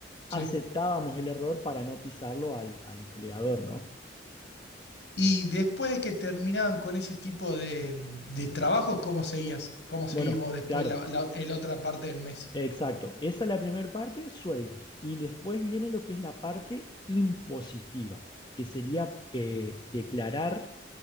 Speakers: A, on the left (about 25°); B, on the left (about 75°).
A: aceptábamos
B: sí.
A: el error para no pisarlo al, al empleador, ¿no?
B: Y después de que terminaban con ese tipo de, de trabajo, ¿cómo seguías? ¿Cómo seguís
A: Bueno,
B: vos después
A: claro,
B: la, la, el otra parte del mes?
A: exacto. Esa es la primera parte, sueldos. Y después viene lo que es la parte impositiva, que sería eh, declarar